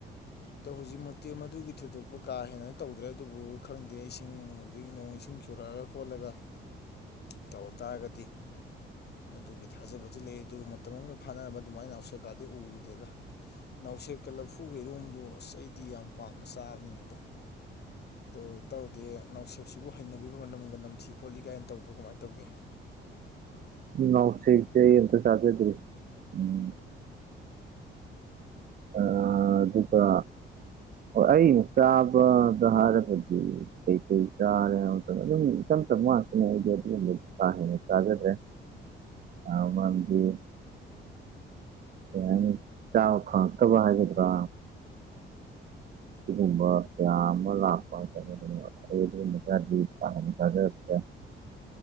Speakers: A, on the left; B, on the right.
A: ꯑꯗꯣ ꯍꯧꯖꯤꯛ ꯃꯨꯛꯇꯤ ꯃꯗꯨꯒꯤ ꯊꯣꯏꯗꯣꯛꯄꯨ ꯀꯥ ꯍꯦꯟꯅ ꯇꯧꯗ꯭ꯔꯦ ꯑꯗꯨꯕꯨ ꯈꯪꯗꯦ ꯏꯁꯤꯡ ꯍꯧꯖꯤꯛ ꯅꯣꯡ ꯏꯁꯤꯡ ꯆꯨꯔꯛꯑꯒ ꯈꯣꯠꯂꯒ ꯇꯧꯔꯛ ꯇꯥꯔꯒꯗꯤ ꯃꯗꯨꯒꯤ ꯊꯥꯖꯕꯁꯨ ꯂꯩ ꯑꯗꯨꯕꯨ ꯃꯇꯝ ꯑꯃꯗ ꯐꯥꯅꯔꯝꯕ ꯑꯗꯨꯃꯥꯏꯅ ꯎꯁꯦꯀꯥꯗꯤ ꯎꯈꯤꯗꯦꯔ ꯅꯥꯎꯁꯦꯦꯛꯀ ꯂꯐꯨꯒꯩꯔꯣꯝꯗꯣ ꯑꯁ ꯑꯩꯗꯤ ꯌꯥꯝ ꯄꯥꯝꯅ ꯆꯥꯕꯅꯤ ꯃꯗꯨ ꯑꯗꯨ ꯇꯧꯗꯦ ꯅꯥꯎꯁꯦꯞꯁꯤꯕꯨ ꯍꯩꯅꯕꯤꯕ ꯃꯅꯝꯒ ꯅꯝꯊꯤ ꯈꯣꯠꯂꯤ ꯀꯥꯏꯅ ꯇꯧꯕ ꯀꯃꯥꯏꯅ ꯇꯧꯒꯦ
B: ꯅꯥꯎꯁ‌ꯦꯛꯁ‌ꯦ ꯑꯩ ꯑꯝꯇꯕꯨ ꯆꯥꯖꯗ꯭ꯔꯤ ꯎꯝ ꯑꯥ ꯑꯗꯨꯒ ꯑꯩ ꯆꯥꯕꯗ ꯍꯥꯏꯔꯒꯗꯤ ꯀꯩ ꯀꯩ ꯆꯥꯔꯦ ꯍꯥꯏ ꯃꯇꯝꯗ ꯑꯗꯨꯝ ꯏꯆꯝ ꯆꯝ ꯋꯥꯥꯛꯇꯅꯦ ꯑꯩꯗꯤ ꯑꯗꯨꯒꯨꯝꯕꯗꯣ ꯀꯥꯍꯦꯟꯅ ꯆꯥꯖꯗ꯭ꯔꯦ
A: <inaudible>
B: ꯑꯥ ꯃꯔꯝꯗꯤ ꯀꯩ ꯍꯥꯏꯅꯤ ꯆꯥ ꯐꯉꯛ- ꯇꯕ ꯍꯥꯏꯒꯗ꯭ꯔꯥ ꯁꯤꯒꯨꯝꯕ ꯀꯌꯥ ꯑꯃ ꯂꯥꯛꯄ ꯍꯥꯏꯇꯥꯔꯦ ꯑꯗꯨꯅ ꯑꯩ ꯑꯗꯨꯒꯨꯝꯕ ꯈꯔꯗꯤ ꯄꯥꯝ ꯆꯖꯥꯗ꯭ꯔꯦ